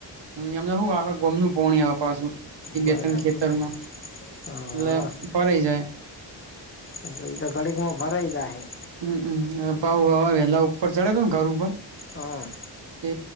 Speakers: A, on the right; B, on the left.
A: એમને, હું આખા ગામનું પાણી પાછું. એ
B: બરાબર
A: બે તણ ખેતરમાં
B: હા
A: એટલે પરે જાય.
B: એ એ તો ઘડીમાં બરાઈ જાય.
A: હમ, પાવ હવા વેલા ઉપર ચડે તો ને ઘર ઉપર
B: હા.
A: તે